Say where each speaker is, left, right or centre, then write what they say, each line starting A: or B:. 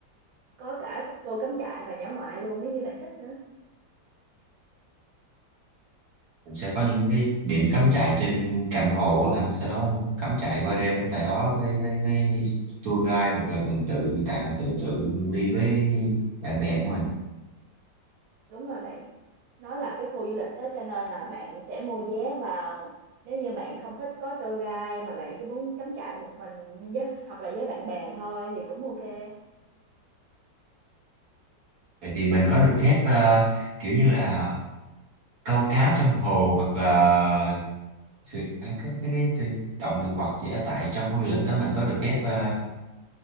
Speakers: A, on the right; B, on the right.
A: Có cả tour cắm trại và dã ngoại luôn nếu như bạn thích nữa.
B: Mình sẽ có những cái điểm cắm trại trên cạnh hồ á, hả? sau đó cắm trại qua đêm tại đó với với, với tour guide hoặc là mình tự tạo tự tự đi với bạn bè của mình.
A: Đúng rồi bạn, nó là cái khu du lịch đó cho nên là bạn sẽ mua vé vào. Nếu như bạn không thích có tour guide mà bạn chỉ muốn cắm trại một mình hay với hoặc là với bạn bè thôi thì cũng ok.
B: Vậy thì mình có được phép ờ, kiểu như là câu cá trong hồ hoặc là sự à, cái, cái, cái, tự- động thực vật chỉ ở tại trong khu du lịch đó mình có được phép ờ,